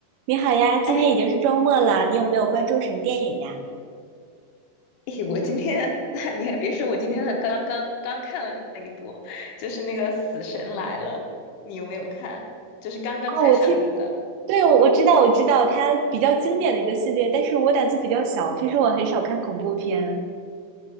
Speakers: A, on the right; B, on the left.
A: 你好呀，今天已经是周末了，
B: 哎，
A: 你有没有关注什么电影呀？
B: 诶我今天 <laughs> 你还别说，我今天还刚刚刚看了一部，就是那个《死神来了》，你有没有看？就是刚刚才上映的。
A: 哦，我听，对，我我知道，我知道，它比较经典的一个系列，但是我胆子比较小，平时我很少看恐怖片。